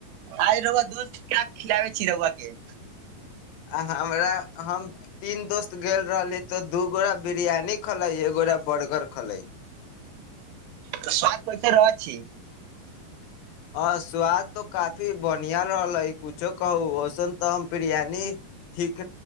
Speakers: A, on the right; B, on the left.
A: आइ रआ दोस्त क खिलाबे छी रौआ <inaudible>
B: आ हमरा हम तीन दोस्त गेल रहली तो दू गोटा बिरियानी खलै एगोटा बर्गर खलै
A: तऽ स्वाद पैसे रह छी
B: हँ स्वाद तऽ काफी बढ़िआँ रहलै किछो कहू ओसन तऽ हम बिरियानी ठीक